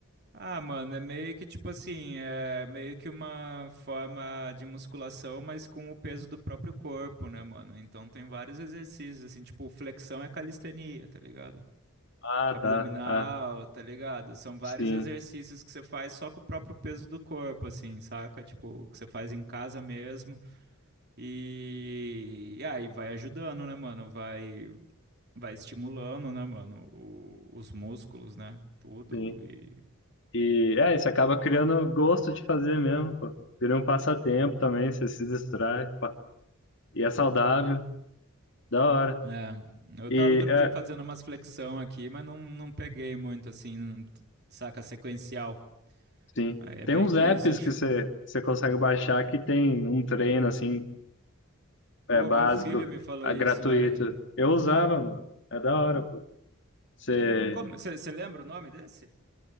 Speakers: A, on the right; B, on the left.
A: Ah, mano, é meio que tipo assim, é meio que uma forma de musculação, mas com o peso do próprio corpo, né, mano? Então tem vários exercícios, assim, tipo, flexão é calistenia, tá ligado?
B: Ah,
A: abdominal,
B: tá. Ah,
A: tá ligado? São vários
B: sim,
A: exercícios que você faz só com o próprio peso do corpo, assim, saca? Tipo, que você faz em casa mesmo e, e aí vai ajudando, né, mano? Vai, vai estimulando, né, mano? o- os músculos, né? Tudo
B: sim.
A: e
B: E é, você acaba criando gosto de fazer mesmo, pô. Vira um passatempo também, você se distrai, pá. E é saudável, da hora.
A: é, eu
B: E
A: tava outro
B: é,
A: dia fazendo umas flexão aqui, mas não, não peguei muito, assim, não- saca? Sequencial.
B: sim.
A: Aí é
B: Tem
A: meio
B: uns
A: que
B: apps
A: isso, acho.
B: que você, você consegue baixar que tem um treino assim, é
A: Pô,
B: básico,
A: meu filho me falou
B: é,
A: isso,
B: gratuito.
A: velho.
B: Eu usava, mano. É da hora, pô. Você.
A: Ah, Então, como? Você lembra o nome desse?